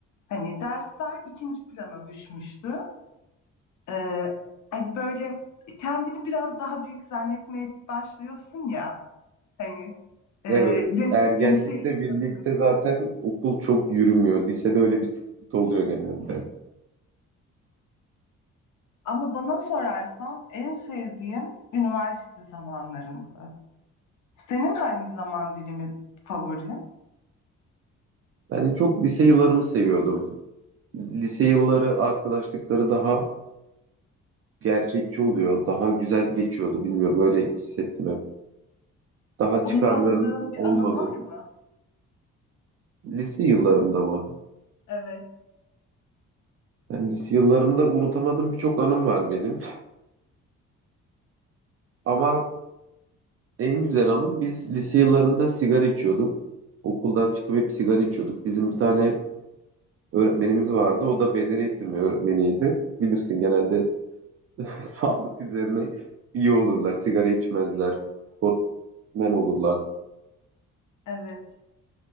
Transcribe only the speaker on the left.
Hani dersler ikinci plana düşmüştü. Ee, hani böyle kendini biraz daha büyük zannetmeye başlıyorsun ya hani e,
denemediğin
şeyleri
yapıyorsun.
Ama bana sorarsan en sevdiğim üniversite zamanlarımdı. Senin hangi zaman dilimi favori?
Unutamadığın
bir
anın var mı?
Evet,
evet.